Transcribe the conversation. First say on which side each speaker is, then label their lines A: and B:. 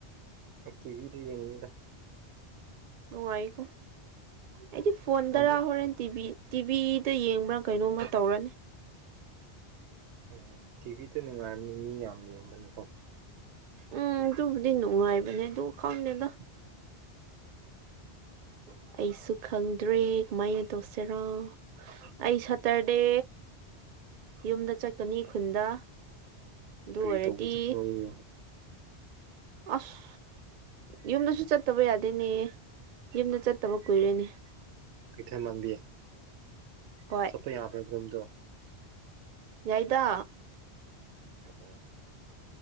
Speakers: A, on the right; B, on the right.
A: ꯀꯤꯕꯤꯗ ꯌꯦꯡꯅꯤꯡꯗꯦ
B: ꯅꯨꯡꯉꯥꯏꯀꯣ ꯑꯩꯗꯤ ꯐꯣꯟꯗꯔꯥ
A: ꯐꯣꯟꯗ
B: ꯍꯣꯔꯦꯟ ꯇꯤꯚꯤ ꯇꯤꯚꯤꯗ ꯌꯦꯡꯕ꯭ꯔꯥ ꯀꯩꯅꯣꯝꯃ ꯇꯧꯔꯅꯤ꯫
A: ꯎꯝ ꯇꯤꯚꯤꯗ ꯅꯨꯡꯉꯥꯏꯔꯅꯤ ꯃꯤ ꯌꯥꯝ ꯌꯦꯡꯕꯅꯀꯣ
B: ꯎꯝ ꯑꯗꯨꯕꯨꯗꯤ ꯅꯨꯡꯉꯥꯏꯕꯅꯦ ꯑꯗꯨ ꯈꯪꯗꯦꯗ <unintelligible> ꯑꯩꯁꯨ ꯈꯪꯗ꯭ꯔꯦ ꯀꯃꯥꯏꯅ ꯇꯧꯁꯤꯔꯣ ꯑꯩ ꯁꯇꯔꯗꯦ ꯌꯨꯝꯗ ꯆꯀꯅꯤ ꯈꯨꯟꯗ ꯑꯗꯨ
A: ꯀꯔꯤ
B: ꯑꯣꯏꯔꯗꯤ
A: ꯇꯧꯕ ꯆꯠꯄꯔꯣ?
B: ꯑꯁ ꯌꯨꯝꯗꯁꯨ ꯆꯠꯇꯕ ꯌꯥꯗꯦꯅꯦ ꯌꯨꯝꯗ ꯆꯠꯇꯕ ꯀꯨꯏꯔꯦꯅꯦ ꯫
A: ꯀꯩꯊꯦꯃꯥꯡꯕꯤ
B: ꯍꯣꯏ
A: ꯆꯠꯄ ꯌꯥꯕ꯭ꯔ ꯑꯗꯨꯔꯣꯝꯗꯣ
B: ꯌꯥꯏꯗ
A: <unintelligible>